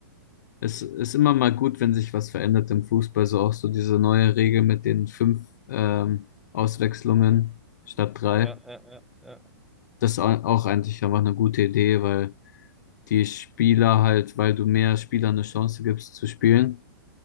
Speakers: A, on the left (about 55°); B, in the centre.
A: es ist immer mal gut, wenn sich was verändert im Fußball, so auch so diese neue Regel mit den fünf ähm, Auswechslungen statt drei.
B: Ja, ja, ja, ja.
A: Das ist au- auch eigentlich einfach eine gute Idee, weil die Spieler halt, weil du mehr Spielern eine Chance gibst zu spielen.